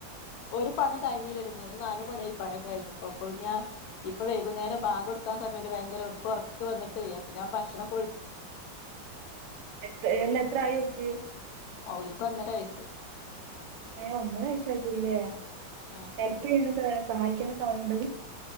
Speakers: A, on the left; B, on the right.
A: ഒറുപണീം കഴിഞ്ഞീലല്ലോ മൂന്ന് നാലു മണിയായ് പണിഒക്കെകഴിഞ്ഞപ്പോ അപ്പൊ ഞ്ഞാ ഇപ്പ വൈകുന്നേരം ബാകൊടുക്കാ സമയല് ഭയങ്കരർക്ക്ഒർക്ക് വന്ന്ട്ടേ അപ്പ ഞാൻഭക്ഷണം
B: എത്ര ഏഹ് എത്രായിഓൽക്ക്
A: ഓൽക്ക് ഒന്ന് റ്റവയ്സ്
B: ഏ ഒന്നര വയസായിട്ടുല്ലേ
A: ആഹ്
B: ഹെൽപ് ചെയ്യാനൊക്കെ ആ സഹായിക്കാനൊക്കെആൾണ്ട്